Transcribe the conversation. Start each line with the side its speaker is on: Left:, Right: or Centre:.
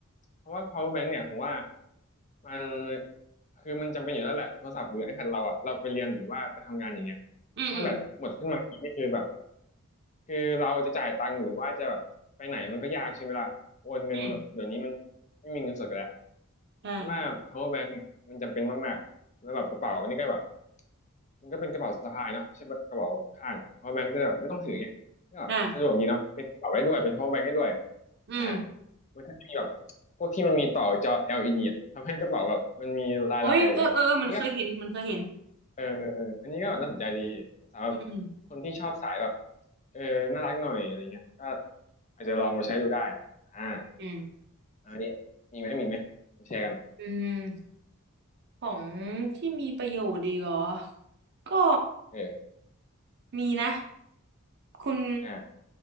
Left: เพราะว่า power bank เนี่ยผมว่ามันคือมันจำเป็นอยู่แล้วแหละโทรศัพท์หรือ iPad เราอะเราไปเรียนหรือว่าไปทำงานอย่างเงี้ย
Right: อืมอืม
Left: ถ้าแบตหมดขึ้นมาทีนี่คือแบบคือเราจะจ่ายตังค์หรือว่าจะแบบไปไหนมันก็ยากใช่ไหมล่ะโอนเงินแบบเดี๋ยวนี้มัน
Right: อืม
Left: ไม่มีเงินสดกันแล้ว
Right: ใช่
Left: คิดว่า power bank เนี่ยมันจำเป็นมากๆแล้วแบบกระเป๋านี่ก็แบบ มันก็เป็นกระเป๋าสะพายเนาะไม่ใช่กระเป๋าข้างเพราะแบงค์จะแบบไม่ต้องถือไงก็แบบสะดวกดีเนาะเป็นกระเป๋าได้ด้วยเป็น
Right: อ่ะ
Left: power bank ได้ด้วย
Right: อืม
Left: อ่ามันก็จะมีแบบพวกที่มันมีต่อจอ LED อลอีดีอะทำให้กระเป๋าแบบมันมีลายๆอะไรเงี้ยอันนี้ก็
Right: โอ้ยเออเออเออมันเคยเห็นมันเคยเห็น
Left: เออเออเอออันนี้ก็แบบน่าสนใจดีสำหรับ
Right: อืม
Left: คนที่ชอบสายแบบเออน่ารักหน่อยอะไรเงี้ยก็อาจจะลองมาใช้ดูได้อ่า
Right: อืม
Left: อันนี้มีไหมมีไหมมาแชร์กัน
Right: อืม ของที่มีประโยชน์ดีกเหรอก็
Left: เออ
Right: มีนะคุณ
Left: อ่า